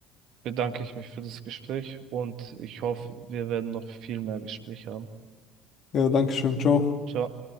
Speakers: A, on the right; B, on the left.
A: bedanke ich mich für das Gespräch und ich hoffe, wir werden noch viel mehr Gespräche haben.
B: Ja, danke schön, ciao.
A: Ciao.